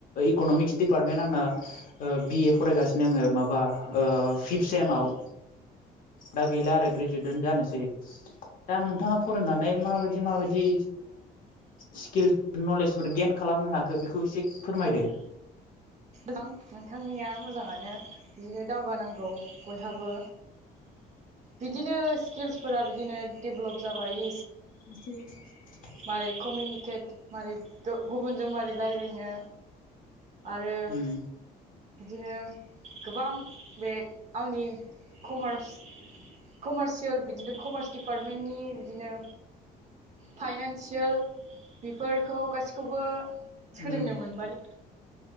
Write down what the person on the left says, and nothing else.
इक'नमिक्स डिपार्टमेन्ट आंना। बि ए फरायगासिनो आङो माबा फिफ्थ सेमाव। दा गैला आरो ग्रेजुवेटन जानोसै दा नोंथाङा फरायनानै माबायदि माबायदि स्किल्स नलेजफोर गियानफोर खालामनो हाखो बेखौ एसे फोरमायदो।
<inaudible>
उम
उम